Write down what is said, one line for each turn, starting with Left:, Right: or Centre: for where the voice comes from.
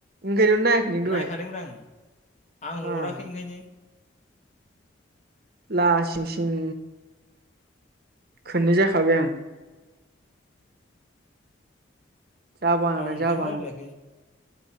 Right: ओंखायनोथ' नायाखै नों दहाय
Left: नायखादोंमोन आं आं
Right: फाग्ला
Left: हराखै ओंखायनो
Right: लासिंसिं खोननै जाखाबाय आं जाबा नाथां
Left: आं ओंखायनो
Right: जाबा
Left: रायलायाखै